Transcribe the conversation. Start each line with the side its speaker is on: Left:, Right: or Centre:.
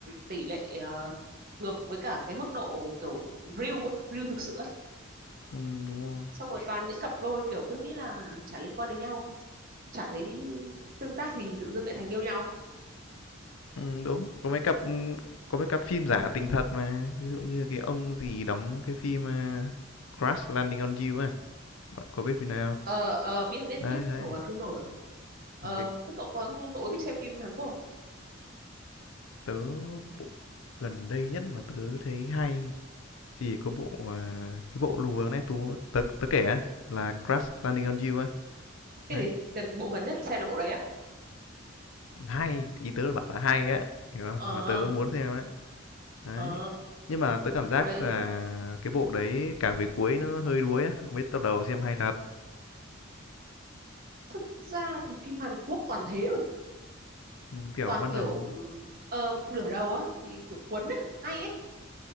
Right: tỷ lệ ờ, ngược với cả cái mức độ kiểu real ấy, real thực sự á
Left: ừ, đúng rồi
Right: xong rồi toàn những cặp đôi kiểu cứ nghĩ là chả liên quan đến nhau chả thấy tương tác gì tự dưng lại thành yêu nhau
Left: ừ, đúng có mấy cặp ừ, có mấy cặp phim giả tình thật mà ví dụ như là cái ông gì đóng cái phim ờ, Crash Landing on You ấy bạn có biết phim này không
Right: ờ ờ biết biết
Left: đấy
Right: biết
Left: đấy
Right: nổ vào phim nổ rồi ờ
Left: Ừ, cái
Right: thế cậu có cậu có thích xem phim Hàn Quốc không?
Left: tớ bộ gần đây nhất mà tớ thấy hay thì có bộ à, cái bộ lùa nãy tú tớ tớ kể á là Crash Landing on You á
Right: cái
Left: đấy
Right: gì gần bộ gần nhất xem là bộ đấy á
Left: hay ý tớ là bảo là hay á hiểu không
Right: ờ
Left: mà tớ muốn xem á Đấy.
Right: ờ
Left: Nhưng mà tớ cảm giác
Right: bộ đấy
Left: là cái bộ đấy càng về cuối nó hơi đuối á, mấy tập đầu xem hay thật.
Right: thực ra thì phim Hàn Quốc toàn thế
Left: Ừ, Kiểu
Right: toàn
Left: bắt
Right: kiểu
Left: đầu
Right: ờ, nửa đầu á thì kiểu quấn á hay ấy